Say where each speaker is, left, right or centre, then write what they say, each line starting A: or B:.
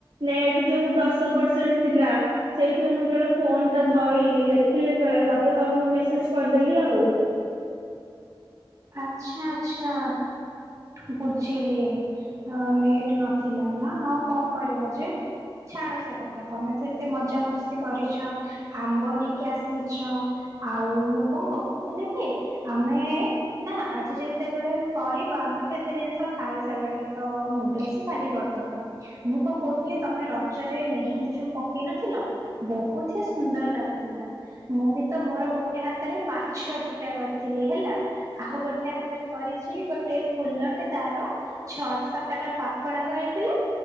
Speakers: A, on the right; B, on the right.
A: ନେଟ୍ ଯୋଉ ଦଶ ପରସେଣ୍ଟ୍ ଥିଲା। ସେଥିରେ ମୁଁ ଯେବେଳେ ଫୋନଟା ଧଇଲି ଦେଖିଲି ଯେତେବେଳେ ତାପରେ ତମକୁ ମେସେଜ କରିଦେଲି ଆଉ।
B: ଆଚ୍ଛା ଆଚ୍ଛା ବୁଝିଲି ନେଟ ନଥିଲା ନା ଆଉ କଣ କରିବ ଯେ। ଛାଡ ସେ କଥା ତମେ ତ ଏତେ ମଜାମସ୍ତି କରିଛ। ଆମ୍ବ ନେଇକି ଆସିଛ ଆଉ ମୁଁ କଣ ଗପୁଥିଲି କି ଆମେ। ନା ଆଜି ଯେତେବେଳେ କରିବା ଆମେ ତ ଏତେ ଜିନିଷ ଖାଇସାରିଲାଣି ତ ନୁଡଲସ ହ ଖାଲି କରିଦବା। ମୁଁ କଣ କହୁଥିଲି ତମେ ରଜରେ ମେହେନ୍ଦୀ ଯୋଉ ପକେଇ ନଥିଲ। ବହୁତ ହି ସୁନ୍ଦର ଲାଗୁଥିଲା। ମୁଁ ବି ତ ମୋର ଗୋଟେ ହାତରେ ମାଛ ଦିଟା କରିଥିଲି ହେଲା। ଆଉ ଗୋଟେ ହାତରେ କରିଛି ଗୋଟେ ଫୁଲଟେ ତାର। ଛଅଟା ସାତଟା ପାଖୁଡା କରିଥିଲି।